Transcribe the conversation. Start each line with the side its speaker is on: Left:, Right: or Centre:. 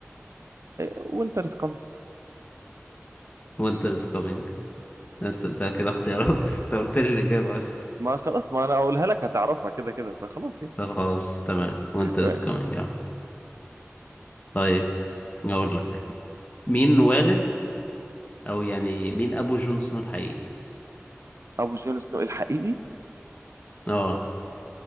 Right: وينتر از كومينج
Left: وينتر از كامينج ده ده كده اختيارات <laughs> انت قلت لي الإجابة بس
Right: ما خلاص ما انا اقولها لك هتعرفها كده كده فخلاص يعني
Left: طب خلاص تمام وينتر
Right: ماشي
Left: از كامينج يا عم طيب اقول لك مين والد او يعني مين ابو جون سنو الحقيقي
Right: ابو جون سنو الحقيقي
Left: اه